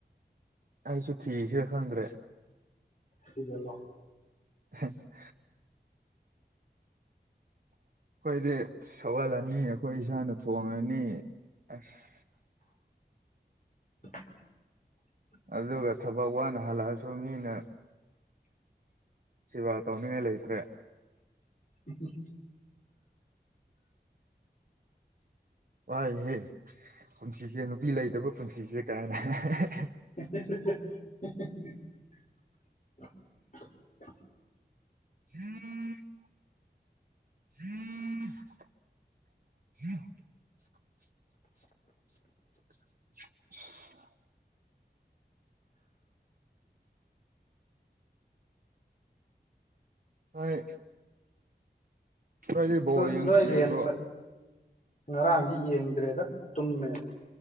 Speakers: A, on the right (about 55°); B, on the left (about 45°).
A: ꯑꯩꯁꯨ ꯊꯤꯁꯤꯔ ꯈꯪꯗ꯭ꯔꯦ
B: ꯐꯖꯂ
A: <unintelligible> ꯑꯩꯈꯣꯏꯗꯤ ꯁꯧꯍꯜꯂꯅꯤ ꯑꯩꯈꯣꯏ ꯏꯁꯥꯅ ꯊꯣꯡꯉꯅꯤ ꯑꯁ
B: <unintelligible>
A: ꯑꯗꯨꯒ ꯊꯕꯛ ꯋꯥꯅ ꯍꯜꯂꯛꯑꯁꯨ ꯃꯤꯅ ꯁꯦꯕꯥ ꯇꯧꯅꯤꯡꯉꯥꯏ ꯂꯩꯇ꯭ꯔꯦ
B: ꯎꯝ
A: ꯋꯥꯏꯍꯦ ꯄꯨꯟꯁꯤꯁꯦ ꯅꯨꯄꯤ ꯂꯩꯇꯕ ꯄꯨꯟꯁꯤꯁꯦ ꯀꯥꯏꯅ ꯍꯥꯏꯦ
B: <unintelligible>
A: ꯎꯝ ꯎꯝ ꯎꯝ <unintelligible> ꯍꯣꯏ ꯅꯣꯏꯗꯤ ꯕꯣꯜ
B: ꯎ ꯂꯣꯏꯗꯤꯟ
A: ꯌꯦꯡꯕ꯭ꯔꯣ
B: ꯉꯔꯥꯡꯁꯤ ꯌꯦꯡꯈ꯭ꯔꯦꯗ ꯇꯨꯝꯃꯦ